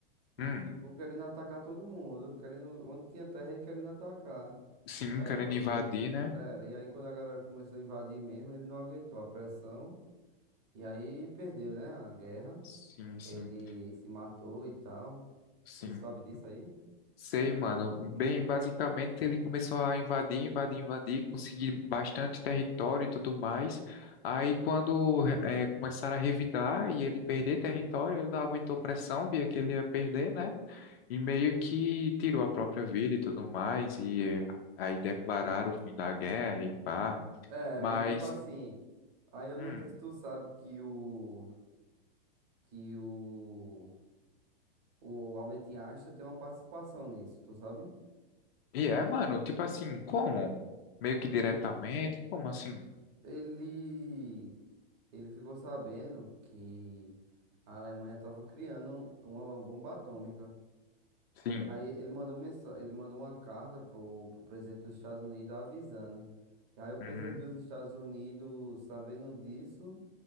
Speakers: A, on the right; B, on the left.
A: e
B: Hum,
A: ficou querendo atacar todo mundo, querendo, onde tinha terra ele querendo atacar.
B: sim,
A: E aí
B: querendo
A: quando,
B: invadir, né?
A: era, e aí quando a galera começou a invadir mesmo, ele não aguentou a pressão e aí perdeu, né, a guerra.
B: Sim, sim,
A: Ele se matou e tal.
B: sim.
A: Tu sabe disso aí?
B: Sei, mano. Bem, basicamente ele começou a invadir, invadir, invadir, conseguir bastante território e tudo mais. Aí quando eh, começaram a revidar e ele perder território, ele não aguentou pressão, via que ele ia perder, né? E meio que tirou a própria vida e tudo mais. E eh, aí declararam o fim da guerra e pá.
A: É,
B: Mas,
A: mas tipo assim, aí eu
B: hum,
A: não sei se tu sabe que o que o o Albert Einstein tem uma participação nisso, tu sabe?
B: e é, mano, tipo assim, como? Meio que diretamente, como assim?
A: Ele ele ficou sabendo que a Alemanha estava criando uma bomba atômica.
B: Sim.
A: E aí ele mandou mensa- ele mandou uma carta pro, pro presidente dos Estados Unidos avisando. E aí o presidente
B: Uhum.
A: dos Estados Unidos, sabendo disso,